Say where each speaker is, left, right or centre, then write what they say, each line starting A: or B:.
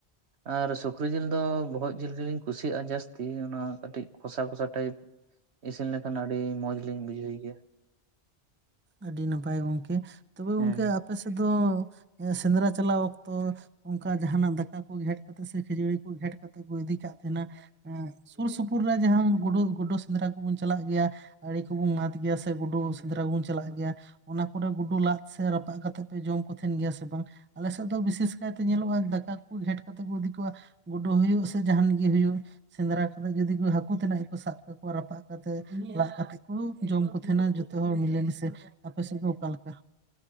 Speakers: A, on the right; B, on the right.
A: ᱟᱨ ᱥᱩᱠᱨᱤ ᱡᱤᱞ ᱫᱚ ᱵᱚᱦᱚᱜ ᱡᱤᱞ ᱜᱮᱞᱤᱧ ᱠᱩᱥᱤᱭᱟᱜ-ᱟ ᱡᱟᱹᱥᱛᱤ ᱚᱱᱟ ᱠᱟᱹᱴᱤᱡ ᱠᱚᱥᱟ ᱠᱚᱥᱟ ᱴᱟᱭᱤᱯ ᱤᱥᱤᱱ ᱞᱮᱠᱷᱟᱱ ᱟᱹᱰᱤ ᱢᱚᱡᱽ ᱞᱤᱧ ᱵᱩᱡᱷᱟᱹᱣ ᱜᱮᱭᱟ
B: ᱟᱹᱰᱤ ᱱᱟᱯᱟᱭ ᱜᱚᱝᱠᱮ ᱛᱚᱵᱮ
A: ᱦᱮᱸ
B: ᱜᱚᱝᱠᱮ ᱟᱯᱮ ᱥᱮᱫ ᱫᱚ ᱥᱮᱸᱫᱽᱨᱟ ᱪᱟᱞᱟᱣ ᱚᱠᱛᱚ ᱚᱱᱠᱟ ᱡᱟᱦᱱᱟᱜ ᱫᱟᱠᱟ ᱠᱚ ᱜᱷᱮᱴ ᱠᱟᱛᱮᱜ ᱥᱮ ᱠᱷᱟ. ᱡᱟᱹᱲᱤ ᱠᱚ ᱜᱷᱮᱴ ᱠᱟᱛᱮᱜ ᱠᱚ ᱤᱫᱤ ᱠᱟᱜ ᱛᱟᱦᱮᱱᱟ ᱮᱜ ᱥᱩᱨ ᱥᱩᱯᱩᱨ ᱨᱮ ᱡᱟᱦᱟᱸ ᱜᱩᱰᱩ ᱜᱩᱰᱩ ᱥᱮᱸᱫᱽᱨᱟ ᱠᱚᱵᱚᱱ ᱪᱟᱞᱟᱜ ᱜᱮᱭᱟ ᱟᱲᱮ ᱠᱚᱵᱚᱱ ᱢᱟᱛᱫ ᱜᱮᱭᱟ ᱥᱮ ᱜᱩᱰᱩ ᱥᱮᱸᱫᱽᱨᱟ ᱵᱩᱱ ᱪᱟᱞᱟᱜ ᱜᱮᱭᱟ ᱚᱱᱟ ᱠᱚᱨᱮ ᱜᱩᱰᱩ ᱞᱟᱫ ᱥᱮ ᱨᱟᱯᱟᱜ ᱠᱟᱛᱮᱜ ᱯᱮ ᱡᱚᱢ ᱠᱚ ᱛᱟᱦᱮᱱ ᱜᱮᱭᱟ ᱥᱮ ᱵᱟᱝ ᱟᱞᱮᱥᱮᱫ ᱫᱚ ᱵᱤᱥᱮᱥ ᱠᱟᱭᱛᱮ ᱧᱮᱞᱚᱜᱼᱟ ᱫᱟᱠᱟ ᱠᱚ ᱜᱷᱮᱸᱴ ᱠᱟᱛᱮᱫ ᱠᱚ ᱤᱫᱤ ᱠᱚᱣᱟ ᱜᱩᱰᱩ ᱦᱩᱭᱩᱜ ᱥᱮ ᱡᱟᱦᱟᱱᱤᱡ ᱜᱮ ᱦᱩᱭᱩᱜ ᱥᱮᱸᱫᱽᱨᱟ ᱠᱟᱛᱮᱫ ᱡᱩᱫᱤ ᱦᱟᱹᱠᱩ ᱛᱮᱱᱟᱜ ᱜᱮᱠᱚ ᱥᱟᱵ ᱠᱟᱠᱚᱣᱟ ᱨᱟᱯᱟᱜ ᱛᱮ ᱞᱟᱜ ᱠᱟᱛᱮᱫ ᱠᱚ ᱡᱚᱢ ᱠᱚ ᱛᱟᱦᱮᱸᱱᱟ ᱡᱚᱛᱚ ᱦᱚᱲ ᱢᱤᱞᱮ ᱢᱤᱥᱮ ᱟᱯᱮᱥᱮᱫ ᱜᱮ ᱚᱠᱟᱮ ᱞᱮᱠᱟ